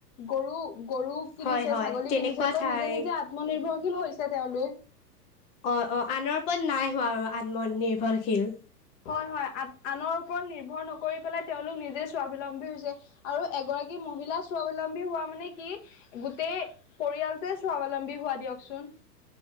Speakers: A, on the left; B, on the left.
A: গৰু গৰু কিনিছে
B: হয় হয়
A: ছাগলী
B: তেনেকুৱা
A: কিনিছে ত'
B: ঠাই
A: নিজে নিজে আত্মনিৰ্ভৰশীল হৈছে তেওঁলোক।
B: অ', অ', আনৰ ওপৰত নাই হোৱা আৰু আত্মনিৰ্ভৰশীল।
A: হয় হয় আন আনৰ ওপৰত নিৰ্ভৰ নকৰি পেলাই তেওঁলোক নিজেই স্বাৱলম্বী হৈছে আৰু এগ বাকী মহিলা স্বাৱলম্বী হোৱা মানে কি গোটেই পৰিয়ালটোৱে স্বাৱলম্বী হোৱা দিয়কচোন। <inaudible>